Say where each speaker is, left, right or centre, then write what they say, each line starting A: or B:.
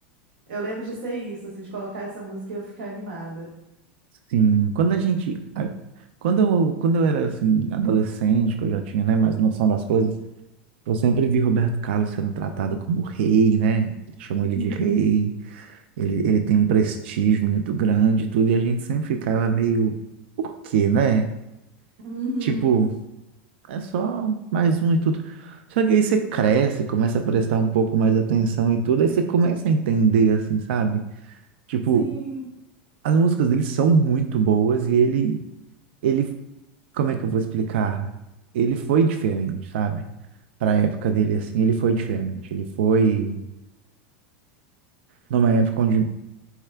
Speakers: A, on the right (about 85°); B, on the right (about 75°).
A: Eu lembro de ser isso, assim, de colocar essa música e eu ficar animada.
B: Sim, quando a gente. a- Quando eu, quando eu era assim, adolescente, que eu já tinha, né, mais noção das coisas, eu sempre vi Roberto Carlos sendo tratado como rei, né? Eles Chamam ele
A: Sim.
B: de rei, ele, ele tem um prestígio muito grande e tudo, e a gente sempre ficava meio, por quê, né?
A: Uhum.
B: Tipo, é só mais um e tudo. Só que aí você cresce, começa a prestar um pouco mais atenção e tudo, aí você começa a entender, assim, sabe? Tipo,
A: Sim.
B: as músicas dele são muito boas e ele, ele, como é que eu vou explicar? Ele foi diferente, sabe? Pra época dele, assim, ele foi diferente. Ele foi numa época onde.